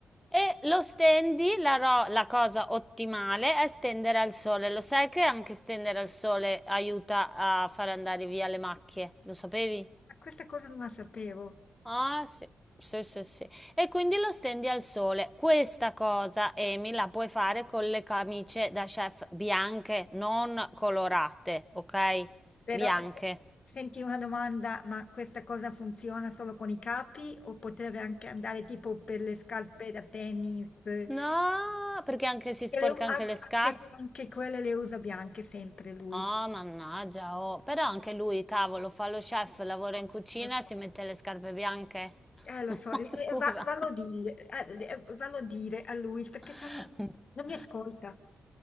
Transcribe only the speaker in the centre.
E lo stendi, la, ro- la cosa ottimale è stendere al sole. Lo sai che anche stendere al sole aiuta a far andare via le macchie? Lo sapevi?
Ah, sì, sì, sì, sì. E quindi lo stendi al sole. Questa cosa, Amy, la puoi fare con le camicie da chef bianche, non colorate, ok?
Bianche.
No, perché anche si sporca
anche
le scarpe.
Oh, mannaggia, oh. Però anche lui, cavolo, fa lo chef,
lavora
in cucina
e si mette le scarpe bianche.
<laughs>
Ma
scusa.
<laughs>